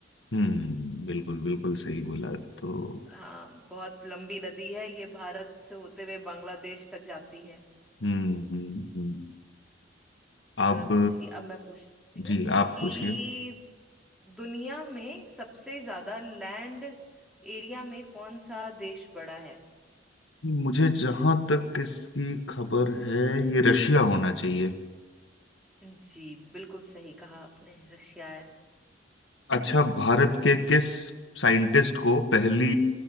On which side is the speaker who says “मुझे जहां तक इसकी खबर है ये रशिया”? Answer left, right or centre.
Left